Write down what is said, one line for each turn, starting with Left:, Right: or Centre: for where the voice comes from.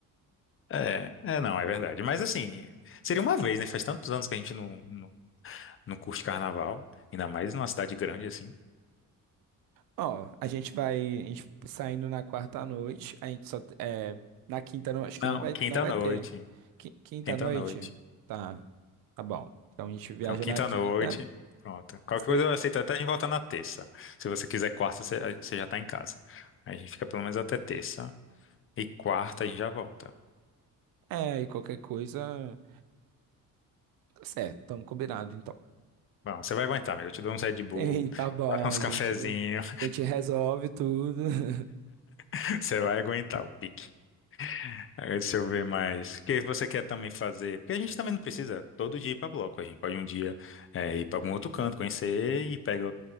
Left: é, é, não, é verdade. Mas assim, seria uma vez, né? Faz tantos anos que a gente não, não, não curte carnaval, ainda mais numa cidade grande assim.
Right: Ó, a gente vai a gente saindo na quarta à noite, a gente só é, na quinta não, acho que
Left: Não,
Right: não vai
Left: quinta-noite.
Right: não vai ter. Qui- Quinta
Left: Quinta-noite.
Right: à noite? Tá. Tá bom. Então a gente viaja
Left: Então, quinta-noite.
Right: na quinta.
Left: Pronto. Qualquer
Right: Se,
Left: coisa eu aceito até a gente voltar na terça. Se você quiser quarta, você você já tá em casa. Aí a gente fica pelo menos até terça. E quarta a gente já volta.
Right: é, e qualquer coisa, tá certo, estamos combinado então.
Left: Bom, você vai aguentar, amigo. Eu te dou uns
Right: <laughs>
Left: Red Bull,
Right: Sim, tá bom,
Left: <laughs> uns
Right: a
Left: cafezinhos.
Right: gente a gente resolve tudo. <laughs>
Left: <laughs> Você vai aguentar o pique. Aí, Deixa eu ver mais. O que você quer também fazer? Porque a gente também não precisa todo dia ir pra bloco. A gente pode um dia é, ir pra algum outro canto, conhecer e pega